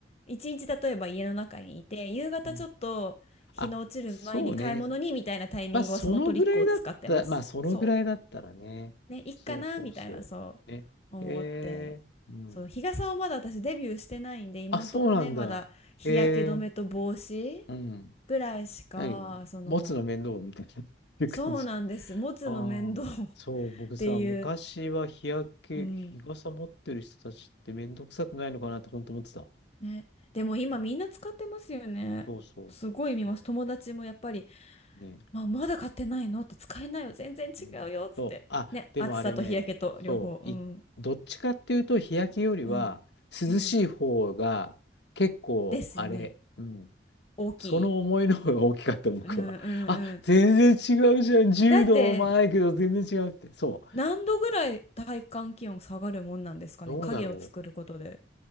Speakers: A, on the left; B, on the left.
A: 一日例えば家の中にいて、夕方ちょっと日の落ちる前に買い物にみたいなタイミングはそのトリックを使ってます。
B: ー、うん。あ、そうね。まあ、そのぐらいだった、まあ、そのぐらいだったらね。
A: そう。ね、いっかなみたいな、
B: そうそうそう。
A: そ
B: ね。
A: う思って。
B: えー、うん。
A: そう、日傘をまだ私デビューしてないんで、今んとこね、
B: あ、そうなんだ。
A: まだ日焼け止めと帽子
B: えー、うん。
A: ぐらいしか、
B: 何持つの面倒みたいな、
A: その、
B: <laughs> いう感じ。
A: そうなんです。持つの面倒
B: ああ、
A: <laughs> っ
B: そう、僕さ、
A: ていう、
B: 昔は日焼け、
A: うん、
B: 日傘持ってる人たちって面倒くさくないのかなって本当思ってた。
A: ね。でも今みんな使ってますよね。
B: うんそうそうそうそ
A: すごい見ます。友達もやっぱり、
B: う。ね。
A: まあ、まだ買ってないのって使えないよ。全然違うよ。
B: ね。
A: っつって。
B: そう。あ、
A: ね。
B: でもあれね、
A: 暑さと日焼けと両方。
B: そう。
A: うん。
B: い、どっちかっていうと、日焼けよりは、
A: うん。
B: 涼しい方が、
A: うん。
B: 結構、
A: ですよね。
B: あれ、うん。
A: 大きい。
B: その思いの方が大きかった、僕は。
A: うんうんうん。
B: あ、全然違うじゃん。柔道もないけど、
A: だって、
B: 全然違うって。そう。
A: 何度ぐらい体感気温下がるもんなんですかね。
B: どうだろ
A: 影を作ることで。